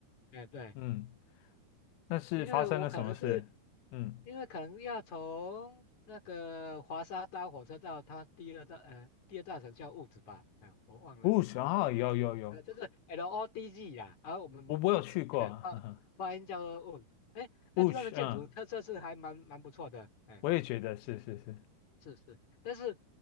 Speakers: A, on the left; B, on the left.
A: 哎，对，
B: 嗯，那是发生了什么事？
A: 因为我可能是
B: 嗯
A: 因为可能要从那个华沙搭火车到它第二大呃第二大城叫物质吧，哎，我忘了，
B: w o s h 啊，有有有，
A: 呃，就是 LODG 啦，而、我们
B: 我我有去过，
A: <laughs> 哎，
B: 哈哈
A: 巴巴音叫做问，哎，那地方的建筑特色是还蛮蛮不错的，
B: w o s h 嗯，
A: 哎，
B: 我也觉得是是是，
A: 是是，但是